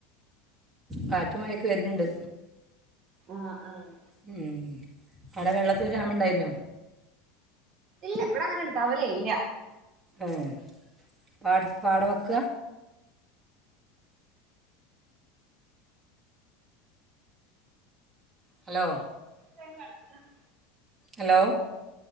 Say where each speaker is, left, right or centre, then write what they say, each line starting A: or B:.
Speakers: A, on the right; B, on the right.
A: കാറ്റുമായൊക്കെ വരുന്നുണ്ട്
B: ആഹ് ആഹ്
A: ഉം അവിടെ വെള്ളത്തിന് ക്ഷാമം ഉണ്ടായിരുന്നോ
B: ഇല്ല ഇവിടെ അങ്ങനെ ഉണ്ടവലില്ല
A: ഏഹ് പാട് പാടവക്ക ഹലോ
B: <unintelligible>
A: ഹലോ